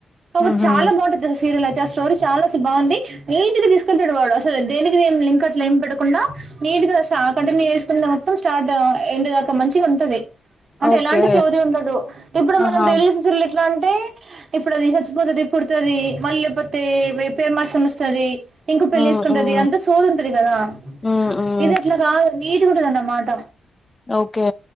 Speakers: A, on the right; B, on the left.
A: కావోతే
B: ఉహు
A: చాలా బాగుంటది సీరియల్ అది ఆ స్టోరీ చాలా బాగుంది నీట్గా తీసుకెళ్తాడు వాడు అస దేనికి దేనికి లింక్ అట్లేం పెడకుండా ఆ కంటిన్యు చేసుకునింది మొత్తం స్టార్ట్ ఏంటి దాకా మంచిగా ఉంటుంది అంటే
B: ఓకే
A: ఎలాంటి ఉండదు ఇప్పుడు
B: ఆహా
A: మనం డైలి చూసే సీల్ ఎట్ల అంటే ఇప్పుడు అది చచ్చిపోతుది పుడుతది మళ్ళీ పే మాషం వస్తది ఇంకో పెళ్ళి
B: ఉమ్
A: చేసుకుంటది
B: ఉమ్
A: అంత సోదుంటది కదా
B: ఉమ్ ఉమ్
A: ఇదట్ల గాదు నీట్ కుంటదన్నమాట
B: ఓకే